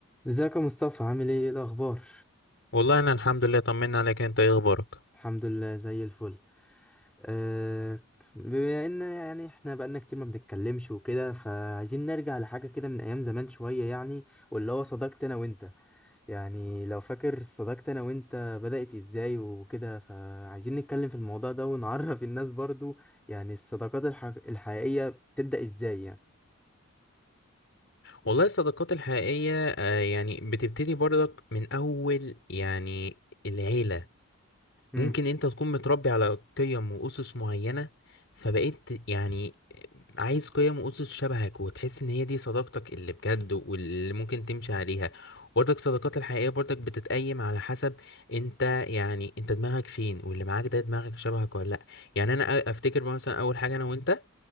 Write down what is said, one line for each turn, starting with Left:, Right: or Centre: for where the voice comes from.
Centre: ازيك يا مصطفى عامل ايه ايه الاخبار
Left: والله انا الحمد لله طمنا عليك انت ايه اخبارك
Centre: الحمد لله زي الفل أه بما ان يعني احنا بقالنا كتير ما بنتكلمش وكده فعايزين نرجع لحاجه كده من ايام زمان شويه يعني واللي هو صداقتي انا وانت يعني لو فاكر صداقتي انا وانت بدأت ازاي وكده فعايزين نتكلم في الموضوع ده ونعرف <laughs> الناس برضو يعني الصداقات الحق... الحقيقيه بتبدأ ازاي يعني
Left: والله الصداقات الحقيقية آه، يعني بتبتدي برضك من اول يعني العيلة
Centre: امم
Left: ممكن انت تكون متربي على قيم واسس معينة فبقيت يعني عايز قيم واسس شبهك وتحس ان هي دي صداقتك اللي بجد واللي ممكن تمشي عليها برضك الصداقات الحقيقية برضك بتتقيم على حسب انت يعني انت دماغك فين واللي معاك ده دماغك شبهك ولا لا يعني انا أ- افتكر مثلا اول حاجة انا وانت